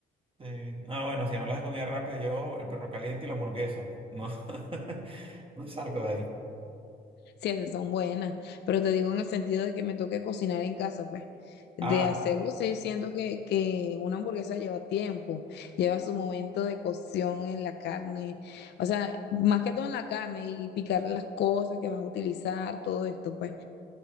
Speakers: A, on the right (about 25°); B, on the left (about 60°).
A: Sí. No, bueno, si hablas de comida rápida, yo el perro caliente y la hamburguesa. No, <laughs> no salgo de ahí.
B: Sí, esas son buenas, pero te digo en el sentido de que me toque cocinar en casa, pues, de
A: Ah,
B: hacerlo, estoy siento que, que una hamburguesa lleva tiempo, lleva su momento de cocción en la carne, o sea, más que todo en la carne y picar las cosas que vas a utilizar, todo esto, pues,